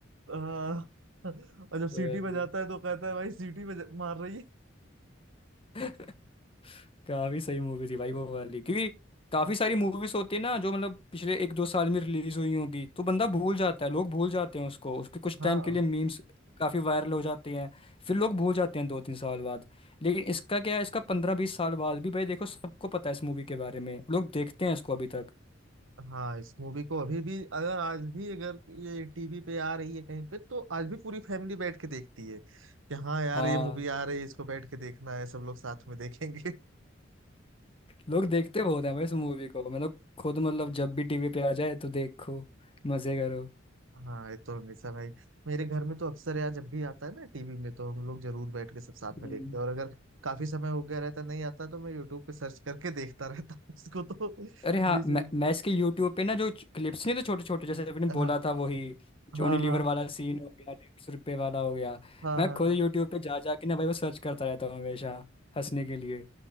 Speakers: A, on the right (about 80°); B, on the left (about 30°).
A: आ, और जब सीटी
B: वही।
A: बजाता है तो कहता है भाई सीटी बजा मार रही है
B: <laughs> काफी सही मूवी थी भाई वो वाली क्योंकि काफी सारी मूवीज होती है ना जो मतलब पिछले एक दो साल में रिलीज हुई होंगी तो बंदा भूल जाता है लोग भूल जाते हैं उसको उसके कुछ
A: हाँ
B: टाइम के लिए मीम्स काफी वायरल हो जाते हैं फिर लोग भूल जाते हैं दो तीन साल बाद लेकिन इसका क्या है इसका पंद्रह बीस साल बाद भी भाई देखो सबको पता है इस मूवी के बारे में लोग देखते हैं इसको अभी तक
A: हाँ इस मूवी को अभी भी अगर आज भी अगर ये टीवी पे आ रही है कहीं पे तो आज भी पूरी फैमिली बैठ के देखती है कि हाँ यार
B: हाँ
A: ये मूवी आ रही है इसको बैठ के देखना है सब लोग साथ में देखेंगे
B: लोग देखते बहुत हैं भाई इस मूवी को मैं तो खुद मतलब जब भी टीवी पे आ जाए तो देखो मजे करो
A: हाँ ये तो हमेशा भाई मेरे घर में तो अक्सर यार जब भी आता है ना टीवी में तो हम लोग जरूर बैठ के सब साथ
B: हम्म।
A: में देखते हैं और अगर काफी समय हो गया रहता नहीं आता तो मैं यूट्यूब पे सर्च करके देखता रहता हूँ इसको तो बीच
B: अरे हाँ मैं
A: बीच
B: मैं इसके यूट्यूब पे ना जो क्लिप्स नहीं तो छोटे छोटे जैसे आपने बोला
A: हाँ
B: था वही जॉनी
A: हाँ
B: लीवर
A: हाँ
B: वाला
A: हाँ
B: सीन हो गया डेढ़ सौ रुपये वाला हो गया
A: हाँ
B: मैं
A: हाँ
B: खुद
A: हाँ
B: यूट्यूब पे जा जा के ना भाई वो सर्च करता रहता हूँ हमेशा हंसने के लिए